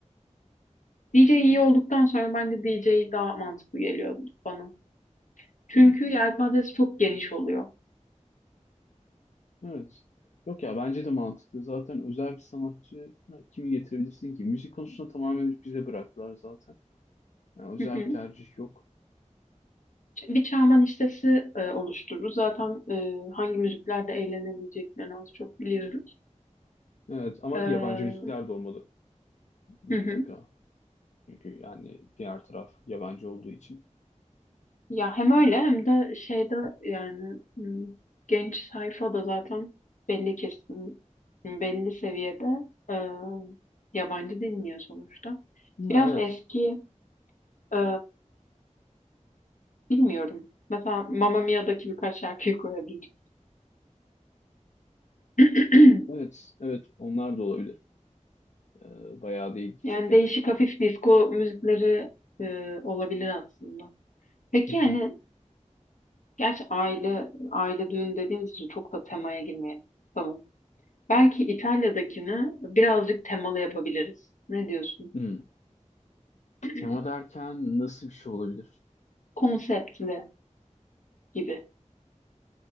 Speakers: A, on the left (about 80°); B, on the left (about 65°).
A: DJ iyi olduktan sonra bence DJ daha mantıklı geliyor bana. Çünkü
B: Hı,
A: yelpazesi çok geniş oluyor.
B: evet. Yok ya bence de mantıklı. Zaten özel bir sanatçı ha, kimi getirebilirsin ki? Müzik konusunda tamamen bize bıraktılar zaten. Yani özel
A: Hı hı.
B: bir tercih yok.
A: Bir Çağman listesi e, oluştururuz. Zaten e, hangi müziklerde eğlenebileceklerini az çok biliyoruz.
B: Evet ama
A: E,
B: yabancı müzikler de olmalı mutlaka.
A: hı hı.
B: Çünkü yani diğer taraf yabancı olduğu için.
A: Ya hem öyle hem de şeyde yani hmm, genç sayfa da zaten belli kesin belli seviyede e, yabancı dinliyor sonuçta.
B: Ha,
A: Biraz
B: evet.
A: eski e, bilmiyorum. Mesela Mamma Mia'daki birkaç şarkıyı koyabilirim. <clears throat>
B: Evet. Evet. Onlar da olabilir. Ee, bayağı da ilgi
A: Yani
B: çeker.
A: değişik hafif disco müzikleri e, olabilir aslında. Peki
B: Hı hı.
A: yani gerçi aile aile düğün dediğimiz için çok da temaya girmeyelim. Tamam. Belki İtalya'dakini birazcık temalı yapabiliriz. Ne diyorsun?
B: Hmm.
A: <clears throat>
B: Tema derken nasıl bir şey olabilir?
A: Konseptli gibi.